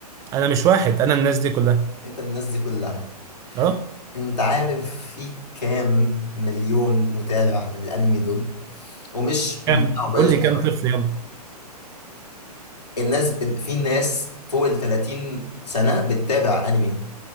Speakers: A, on the right; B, on the left.
A: انا مش واحد انا الناس دي كلها
B: انت الناس دي كلها
A: اه
B: انت عارف في كام مليون متابع للانمي دول ومش
A: كم
B: بتاع عمرية
A: قول
B: صغيرة
A: لي كم طفل يلا
B: الناس في ناس فوق ال 30 سنة بتتابع انمي